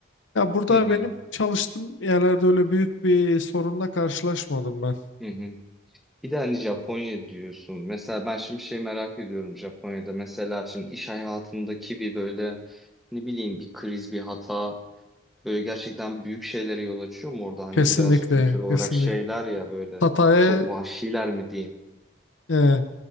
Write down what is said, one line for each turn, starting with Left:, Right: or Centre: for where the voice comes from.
Left: Ya burada
Centre: hı hı.
Left: benim çalıştığım yerlerde öyle büyük bir sorunla karşılaşmadım ben.
Centre: hı hı. Bir de hani Japonya diyorsun. Mesela ben şimdi şey merak ediyorum Japonya'da. Mesela şimdi iş hayatındaki bir böyle ne bileyim bir kriz, bir hata böyle gerçekten büyük şeylere yol açıyor mu orada? Hani
Left: Kesinlikle,
Centre: biraz kültür olarak
Left: kesinlikle.
Centre: şeyler ya böyle
Left: Hataya
Centre: çok vahşiler mi diyeyim?
Left: eee,